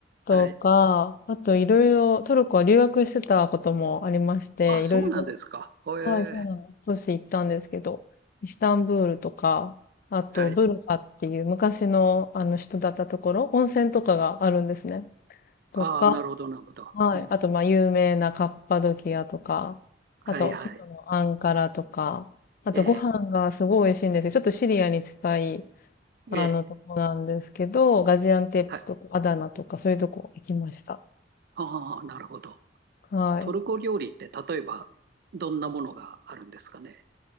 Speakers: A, on the left; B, on the right.
A: とか、
B: はい。
A: あといろいろ、トルコは留学してたこともありまして、
B: あ、そうなんですか。
A: いろいろ
B: ええ、
A: はい、そうなんです都市行ったんですけど、イスタンブールとか、あとブルサっていう昔のあの人だったところ、
B: はい。
A: 温泉とかがあるんですね。とか、
B: ああ、なるほど、なるほど。
A: はい。
B: うん。
A: あと、まあ、有名なカッパドキアとか、
B: はい、
A: あと、
B: はい。
A: 首都のアンカラとか、あと、
B: ええ、
A: ご飯がすごい美味しいんですよ。ちょっとシリアに近い、あの、
B: ええ、
A: とこなんですけど、ガジアンテップとか、
B: はい。
A: アダナとか、そういうとこ行きました。
B: ああ、なるほど。
A: はい。
B: トルコ料理って、例えば、どんなものがあるんですかね。